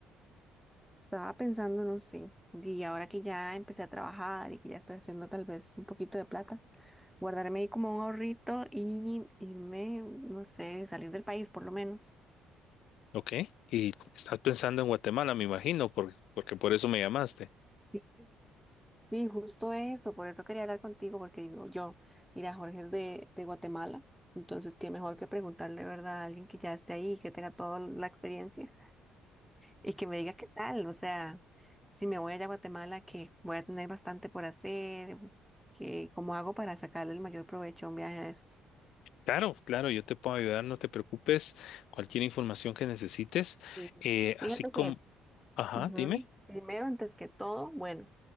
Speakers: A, in the centre; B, on the left.
A: Estaba pensando, no sé, y ahora que ya empecé a trabajar y que ya estoy haciendo tal vez un poquito de plata, guardarme ahí como un ahorrito y irme, no sé, salir del país por lo menos.
B: ¿Ok? Y estás pensando en Guatemala, me imagino, por- porque por eso me llamaste.
A: Sí, sí, justo eso, por eso quería hablar contigo, porque digo yo, mira, Jorge es de, de Guatemala, entonces qué mejor que preguntarle, ¿verdad?, a alguien que ya esté ahí, que tenga toda la experiencia. Y que me diga qué tal, o sea, si me voy allá a Guatemala, que voy a tener bastante por hacer, que cómo hago para sacarle el mayor provecho a un viaje de esos.
B: Claro, claro, yo te puedo ayudar, no te preocupes. Cualquier información que necesites.
A: Sí.
B: eh, así
A: Fíjate
B: como,
A: que,
B: ajá,
A: ujú,
B: dime.
A: primero, antes que todo, bueno,